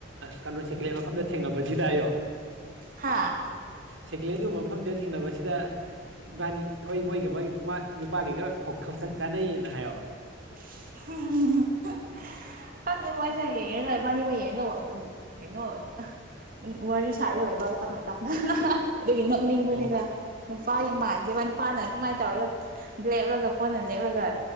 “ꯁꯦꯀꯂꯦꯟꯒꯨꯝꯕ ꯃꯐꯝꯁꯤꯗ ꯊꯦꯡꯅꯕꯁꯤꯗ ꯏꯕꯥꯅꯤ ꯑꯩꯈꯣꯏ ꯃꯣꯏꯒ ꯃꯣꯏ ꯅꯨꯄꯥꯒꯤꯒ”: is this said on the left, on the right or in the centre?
Right